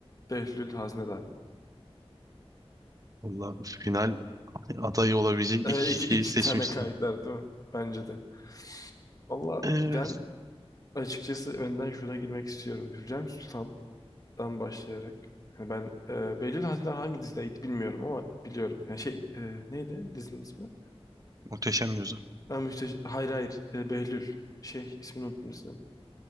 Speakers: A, on the left (about 35°); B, on the right (about 35°).
A: Behlül Haznedar mı?
B: Valla final adayı olabilecek
A: Ee,
B: iki
A: iki,
B: kişiyi
A: iki
B: seçmişsin.
A: tane karakter değil mi? Bence de. Valla
B: Ee,
A: ben açıkçası önden şuna girmek istiyorum. Hürrem Sultan'dan başlayarak. Hani ben e, Behlül Haznedar hangi dizideydi bilmiyorum ama biliyorum. Yani şey e, neydi dizinin ismi?
B: muhteşem yüzü.
A: Ben Mühteş... Hayır hayır. E, Behlül. Şey ismini unuttum dizinin.